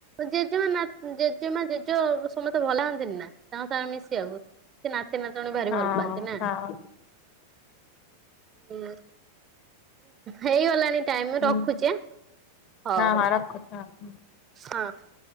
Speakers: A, on the right; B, on the left.
A: ଜେଜେମା ନା ଜେଜେମା ଜେଜେ ସମସ୍ତେ ଭଲ ହୁନ୍ତିନି ନା ତାଙ୍କ ସଙ୍ଗ ମିଶିଆକୁ ସେ ନାତି ନାତୁଣୀ ଭାରି
B: ହଁ
A: ଭଲ ପାଆନ୍ତି ନା
B: ହଁ
A: ହଁ। ହେଇଗଲାଣି ଟାଇମ ମୁଁ
B: ହୁଁ
A: ରଖୁଛି ଆଁ
B: ହଁ
A: ହଉ ହଉ।
B: ହଁ ରଖୁଛି ହଁ।
A: ହଁ।